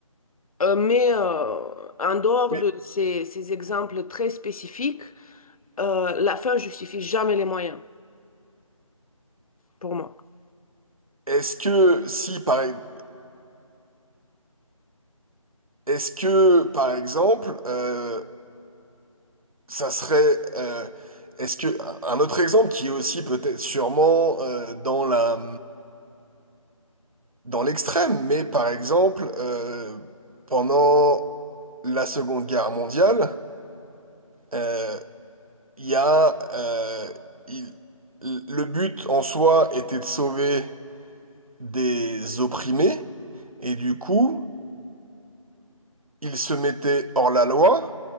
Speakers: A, on the left; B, on the right.
A: Euh, mais euh, en dehors
B: Mais
A: de ces, ces exemples très spécifiques, euh, la fin justifie jamais les moyens, pour moi.
B: Est-ce que si par e-, est-ce que par exemple euh, ça serait euh, est-ce que un autre exemple qui est aussi peut-être sûrement euh, dans la dans l'extrême mais par exemple euh, pendant la Seconde Guerre mondiale euh, il y a euh, il- le but en soi était de sauver des opprimés et du coup il se mettait hors la loi,